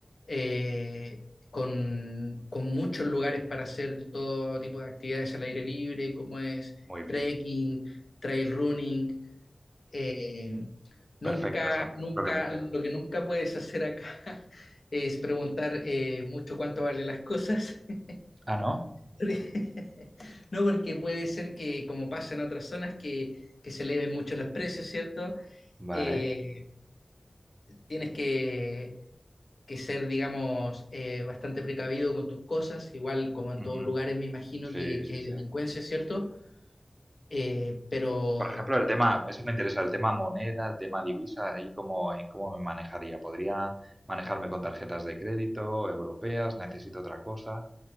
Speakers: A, on the left (about 80°); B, on the right (about 20°).
A: eh, con, con muchos lugares para hacer todo tipo de actividades al aire libre, como es
B: Muy bien.
A: trekking, trail running. Eh, nunca,
B: Perfecto, eso,
A: nunca,
B: eso es lo que me interesa.
A: lo que nunca puedes hacer acá <laughs> es preguntar eh, mucho cuánto valen las cosas. <laughs>
B: Ah, ¿no?
A: <laughs> No, porque puede ser que, como pasa en otras zonas, que, que se eleven mucho los precios, ¿cierto?
B: Vale.
A: Eh, tienes que, que ser, digamos, eh, bastante precavido con tus cosas, igual como en todos
B: Ujú.
A: lugares me imagino
B: Sí,
A: que, que
B: sí,
A: hay delincuencia,
B: sí.
A: ¿cierto? Eh, pero,
B: Por ejemplo, el tema, eso me interesa, el tema moneda, el tema divisa, ahí cómo, eh, cómo me manejaría. ¿Podría manejarme con tarjetas de crédito europeas? ¿Necesito otra cosa?